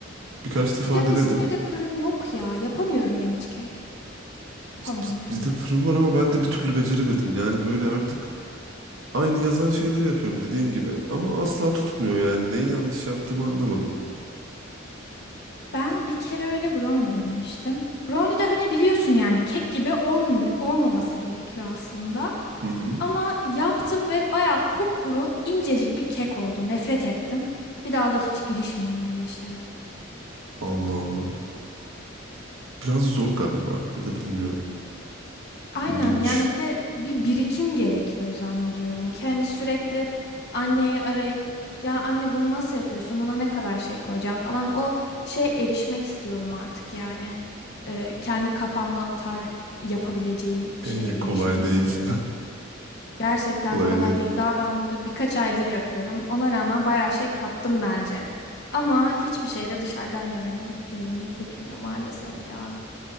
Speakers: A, on the right (about 80°); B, on the left (about 55°).
A: Birkaç defa
B: Ya
A: denedim.
B: bizim evde fırın yok ya. Yapamıyorum ben hiç kek. Yapamadım
A: İşte biz-
B: yani.
A: bizde fırın var ama ben de bir türlü beceremedim. Yani böyle artık aynı yazan şeyleri yapıyorum dediğin gibi ama asla tutmuyor yani. Neyi yanlış yaptığımı anlamadım.
B: Ben bir kere öyle brownie denemiştim. Brownie de hani biliyorsun yani kek gibi olmuyor, olmaması gerekiyor aslında.
A: Hı hı.
B: Ama yaptım ve bayağı kupkuru incecik bir kek oldu. Nefret ettim. Bir daha da hiç girişmiyorum öyle işlere.
A: Allah Allah. Biraz zor galiba ya da bilmiyorum.
B: Aynen
A: İlginç.
B: yani bir de bir birikim gerekiyor zannediyorum ki hani sürekli anneyi arayıp ya anne bunu nasıl yapıyorsun buna ne kadar şey koyacağım falan o şeye erişmek istiyorum artık yani Ee, kendi kafamdan tarif yapabileceğim
A: Ee,
B: şeye erişmek
A: kolay değil.
B: istiyorum. Gerçekten
A: <laughs> Kolay
B: kolay
A: değil.
B: değil daha ben burada birkaç aydır yapıyorum ona rağmen bayağı şey kattım bence ama hiçbir şey de dışarıdan yemenin yerini tutmuyor maalesef ya.